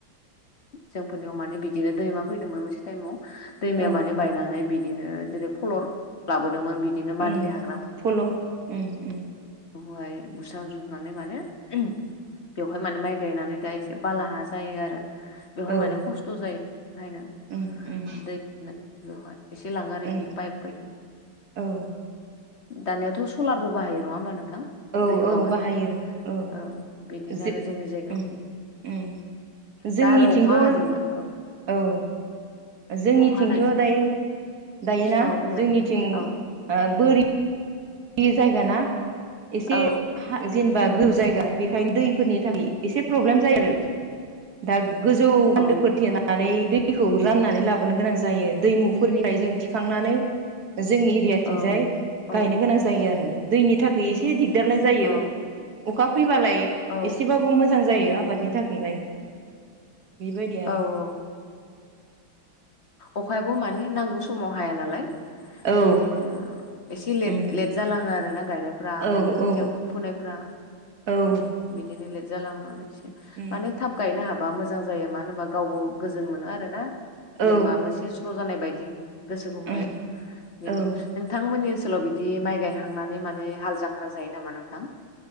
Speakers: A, on the left; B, on the right.
A: जोंफोरनियाव माने बिदिनो दैमा फैदोंमोन मोनसे टाइमाव दैमाया
B: औ
A: माने बायनानै बिदिनो जेरै फलर लाबोदोंमोन बिदिनो मारलि
B: ओं
A: हाग्राफोर
B: फल उम उम
A: हाय बुस्रांजोबनानै जोबनानै मानो बेवहाय माने माइ गायनानै दा एसे बाला हा जायो आरो। बेवहाय
B: औ
A: माने खस्थ' जायो बेहायनो
B: उम उम
A: दै बेवहाय एसे लाङो आरो
B: ओं
A: बिदिनो पाइप बायदि
B: औ
A: दानियाथ' सलारबो बो नङा होनबा नोंथां?
B: औ
A: दै
B: औ
A: माबानो
B: बाहायो औ उम
A: ओं बिदिनो आरो जोंनि जायगायाव
B: उम उम जोंनिथिंथ'
A: दा आरो अखा
B: औ
A: हादोंमोन
B: जोंनिथिंथ'
A: अखा हानायजों
B: दायो दायोना
A: औ बुंलाय
B: जोंनिथिं
A: औ
B: ओ बोरि बे जायगा ना एसे
A: औ
B: हा जेनेबा गो जायगा बेखायनो दैफोरनि थाखाय एसे प्रब्लेम जायो आरो। दा गोजौ बान्दोफोर
A: औ
B: थेनानै दै दैखौ राननानै लाबोनो गोनां जायो दैमुफोरनिफ्राय जों खांनानै जोंनि एरियाथिंजाय
A: औ औ
B: गायनो गोनां जा जायो आरो दैनि थाखाय एसे दिगदारलाय जायो
A: औ
B: अखा फैबालाय
A: औ
B: एसेबाबो मोजां जायो आबादनि थाखायलाय। बेबायदि आरो
A: औ औ अखायाबो मानि नांगौ समाव हाया नालाय।
B: औ
A: बिदिनो एसे लेट
B: उम
A: लेट जालाङो आरो ना गायनायफोरा
B: औ
A: माने खोथिया
B: औ
A: फुनायफ्रा।
B: औ
A: ओं बिदिनो लेट जालांनानैसै
B: उम
A: माने थाब गायनो हाबा मोजां जायो मानो होन बा गावबो गोजोन मोनो आरो ना जेनेबा
B: औ
A: मोनसे स्र' जानाय बायदि। गोसोखौहाय
B: उम
A: बिदि
B: औ
A: नोंथांमोननि ओनसोलाव बिदि माइ गायखांनानै माने हाल जां हाल जायो नामा नोंथां?